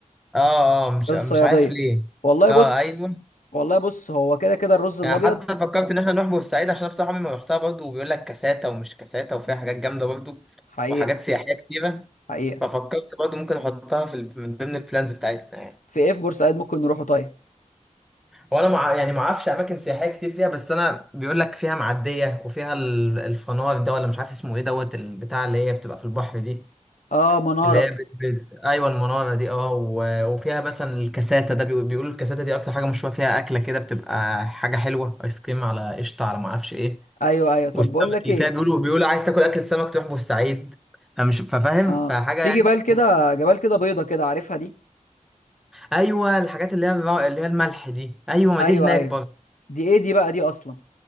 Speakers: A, in the centre; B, on the left.
A: اه اه مش
B: رز
A: مش
B: الصياديه
A: عارف ليه
B: والله
A: اه
B: بص
A: ايوه
B: والله بص هو كده كده الرز الابيض
A: يعني حتى فكرت ان احنا نروح بورسعيد عشان أنا بصراحه عمري ما رحتها برضه وبيقول لك كاساتا ومش كاساتا وفيها حاجات جامده برضه
B: حقيقه
A: وحاجات سياحيه كتيره
B: حقيقه
A: ففكرت برضه ممكن احطها في ال- من ضمن البلانز بتاعتنا يعني
B: في ايه في بورسعيد ممكن نروحه طيب
A: هو انا مع... يعني ما اعرفش اماكن سياحيه كتير فيها بس انا بيقول لك فيها معديه وفيها ال- الفنار ده ولا مش عارف اسمه ايه دوت البتاع اللي هي بتبقى في البحر دي
B: اه مناره
A: اللي هي بت... بت... ايوه المناره دي اه و... وفيها مثلا الكاساته ده بي... بيقولوا الكاساته دي اكتر حاجه مشهوره فيها اكله كده بتبقى حاجه حلوه ايس كريم على قشطه على ما اعرفش ايه
B: ايوه ايوه طب
A: والسمك
B: بقول لك
A: اللي
B: ايه
A: فيها بيقولوا بيقولوا عايز تاكل اكل سمك تروح بورسعيد فمش ففاهم
B: اه
A: فحاجه
B: في
A: يعني
B: جبال كده
A: تحس
B: جبال كده بيضه كده عارفها دي
A: ايوه الحاجات اللي هي الر- اللي هي الملح دي ايوه ما
B: ايوه
A: دي هناك
B: ايوه
A: برضه
B: دي ايه دي بقى دي اصلا